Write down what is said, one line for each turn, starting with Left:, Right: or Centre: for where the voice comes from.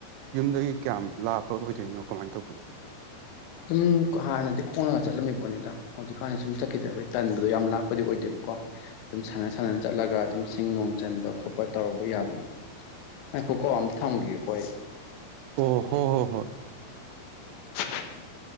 Right: ꯌꯨꯝꯗꯒꯤ ꯀꯌꯥꯝ ꯂꯥꯞꯄ ꯑꯣꯏꯗꯣꯏꯅꯣ ꯀꯃꯥꯏꯟ ꯇꯧꯕꯅꯣ
Left: ꯑꯗꯨꯝ ꯍꯥꯟꯅꯗꯤ ꯈꯣꯡꯉꯒ ꯆꯠꯂꯝꯃꯤꯕꯣꯠꯅꯤꯗ ꯍꯧꯖꯤꯛꯀꯥꯟꯗꯤ ꯁꯨꯝ ꯆꯠꯈꯤꯗꯕꯩ ꯇꯟꯕꯗꯣ ꯌꯥꯝ ꯂꯥꯛꯄꯗꯤ ꯑꯣꯏꯗꯦꯕ ꯀꯣ ꯑꯗꯨꯝ ꯁꯥꯟꯅ ꯁꯥꯟꯅꯅ ꯆꯠꯂꯒ ꯑꯗꯨꯝ ꯁꯤꯡ ꯅꯣꯡ ꯆꯟꯕ ꯈꯣꯄ ꯇꯧꯔꯕ ꯌꯥꯕꯅꯤ ꯉꯥꯏꯈꯣꯀꯣ ꯑꯝꯇ ꯊꯝꯒꯤꯒꯦꯀꯣ ꯑꯩ <unintelligible>
Right: ꯑꯣ ꯍꯣ ꯍꯣ ꯍꯣꯏ